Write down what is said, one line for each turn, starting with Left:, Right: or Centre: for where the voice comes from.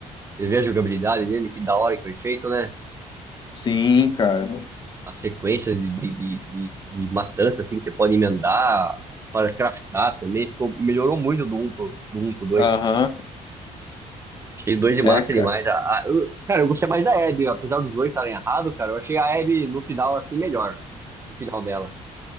Right: Você vê a jogabilidade dele, que da hora que foi feito, né?
Left: Sim, cara.
Right: a sequência de, de, de, de, de matança, assim, que você pode emendar para craftar também. Ficou, melhorou muito do um pro, do um pro dois
Left: Aham.
Right: Achei dois de
Left: É,
Right: massa
Left: cara.
Right: demais. A, a- eu- cara, eu gostei mais da Abby, apesar dos dois estarem errados, cara. Eu achei a Abby no final, assim, melhor. No final dela.